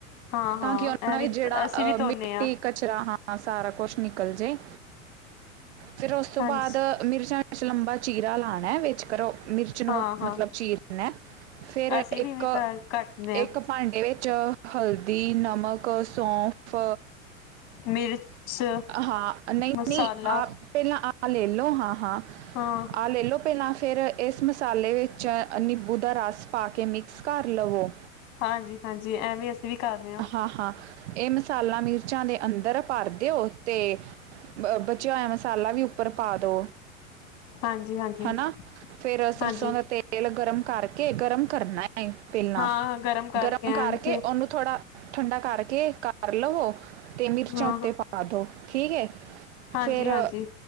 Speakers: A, on the left; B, on the right.
A: ਹਾਂ
B: ਤਾਂ
A: ਹਾਂ
B: ਕਿ ਅਪਣਾ
A: ਐਵੇਂ
B: ਏ ਵੀ ਜੇੜਾ
A: ਅਸੀਂ
B: ਅ
A: ਵੀ ਧੋਨੇ
B: ਮਿੱਟੀ
A: ਹਾਂ
B: ਕਚਰਾ ਹਾਂ ਸਾਰਾ ਕੋਛ ਨਿਕਲ ਜੇ, ਫੇਰ ਓਸ ਤੋਂ
A: ਹਾਂਜੀ
B: ਬਾਦ ਮਿਰਚਾਂ ਵਿੱਚ ਲੰਬਾ ਚੀਰਾ ਲਾਣੈ ਵਿੱਚ ਕਰੋ ਮਿਰਚ ਮੀਰਚਾ ਨੂ
A: ਹਾਂ ਹਾਂ
B: ਮਤਲਬ ਵਿੱਚੋ ਚੀਰਨਾ, ਫੇਰ ਅ
A: ਅਸੀਂ ਵੀ
B: ਏਕ
A: ਇਵੇਂ ਕੱਟਦੇ ਹਾਂ
B: ਏਕ ਭਾਂਡੇ ਚ ਹਲਦੀ, ਨਮਕ, ਸੌਂਫ
A: ਮਿਰਚ
B: ਹਾਂ ਨਈ-ਨਈ
A: ਮਸਾਲਾ
B: ਆ, ਪੇਲਾਂ ਆ ਲੇਲੋ ਹਾਂ-ਹਾਂ
A: ਹਾਂ।
B: ਆ ਲੈ ਲੋ ਪੇਲਾ, ਫੇਰ ਏਸ ਮਸਾਲੇ ਵਿੱਚ ਨਿਬੂ ਦਾ ਰਾਸ ਪਾ ਕੇ ਮਿਕਸ ਕਾਰ ਲਵੋ
A: ਹਾਂਜੀ। ਹਾਂਜੀ ਐ ਵੀ ਅਸੀਂ ਵੀ ਕਾਰਨਾ
B: ਹਾ, ਹਾਂ ਐ ਮਸਾਲਾ ਮਿਰਚਾਂ ਦੇ ਅੰਦਰ ਭਰ ਦੇਓ ਤੇ ਬ ਬਚੇਆ ਹੋਏਆ ਮਸਾਲਾ ਵੀ ਉੱਪਰ ਪਾ ਦੋ
A: ਹਾਂਜੀ ਹਾਂਜੀ
B: ਹਨਾ ਫੇਰ ਸਰਸੋਂ
A: ਹਾਂਜੀ
B: ਦਾ ਤੇ ਤੇਲ ਗਰਮ ਕਾਰਕੇ ਗਰਮ ਕਰਨਾ ਏ ਪੇਲਾਂ,
A: ਹਾਂ ਕਰਕੇ
B: ਗਰਮ
A: ਐਨ
B: ਕਾਰਕੇ
A: ਤੇ
B: ਓਨੂੰ ਥੋੜਾ ਠੰਡਾ ਕਾਰਕੇ ਕਾਰ ਲਵੋ ਤੇ ਮਿਰਚਾਂ
A: ਹਾਂ
B: ਉੱਤੇ
A: ਹਾਂ
B: ਪਾ ਦੋ ਠੀਕ ਏ,
A: ਹਾਂਜੀ
B: ਫੇਰ
A: ਹਾਂਜੀ